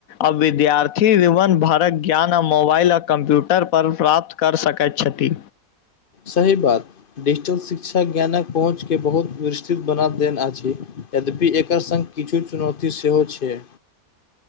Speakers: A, on the left; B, on the left.
A: आ विद्यार्थी जीवन भरक ज्ञान आ मोबाइल आ कंप्यूटर पर प्राप्त कर सकैत छथि
B: सही बात डिजिटल शिक्षा ज्ञानक पहुँचके बहुत विस्तृत बना देन अछि यद्यपि एकर संग किछु चुनौती सेहो छै